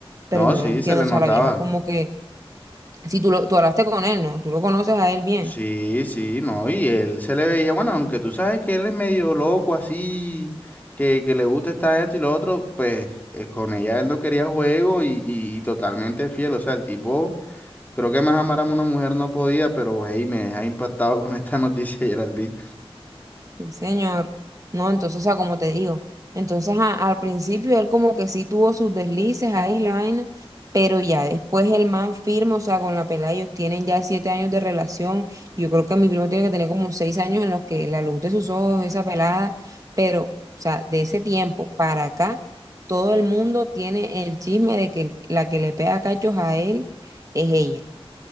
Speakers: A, on the right; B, on the left.
A: pero
B: No,
A: yo no
B: sí,
A: entiendo,
B: se le
A: o sea,
B: notaba.
A: la vieja como que, si tú, lo, tú hablaste con él, ¿no? Tú lo conoces a él bien.
B: Sí, sí, no, y él se le veía, bueno, aunque tú sabes que él es medio loco así, que, que le gusta esta, esto y lo otro, pues eh, con ella él no quería juego y, y y totalmente fiel, o sea, el tipo... Creo que más amar a una mujer no podía, pero hey, me deja impactado con esta noticia, <laughs> Geraldine.
A: Sí, señor. No, entonces, o sea, como te digo, entonces a- al principio él como que sí tuvo sus deslices ahí, la vaina, pero ya después el man firme, o sea, con la pelada ellos tienen ya siete años de relación, y yo creo que mi primo tiene que tener como seis años en los que la luz de sus ojos, esa pelada, pero, o sea, de ese tiempo para acá, todo el mundo tiene el chisme de que el- la que le pega cachos a él es ella.